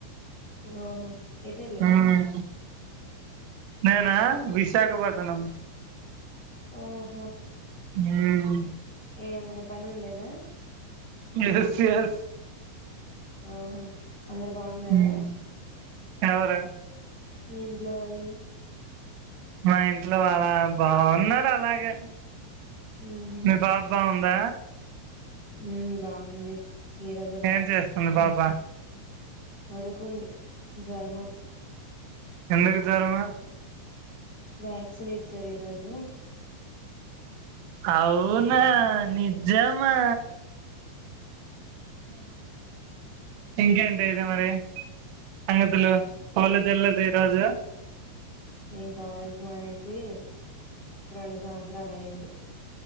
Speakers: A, on the left (about 40°); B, on the right (about 80°).
A: ఓహో ఏట లేవు
B: మ్మ్ నేనా వి విశాఖపటనం
A: ఓహో
B: హ్మ్
A: ఏమన్న పని ఉండేదా
B: ఎస్ ఎస్
A: ఆహా అందరు బాగున్నారా
B: మ్మ్ ఎవరు
A: ని ఇంట్లో వాళ్ళు
B: మా ఇంట్లో అళ బాగున్నారు అలాగే
A: ఉహు
B: మీ పాప బాగు ద
A: ఉ బాగుంది ఈ రోజు
B: ఏం చేస్తుంది బాబా
A: అడుకుంది జర్మ
B: ఎంతకు తరమా
A: వ్యాక్సిన్ ఇచ్చారు రాజా
B: అవునా నిజమా ఇంకేంటి అయితే మరి సంగతులు పలది వెల్లదు ఈరోజు
A: నేను కాలేజీ మానేసి రెండు సంవత్సరాలు అయింది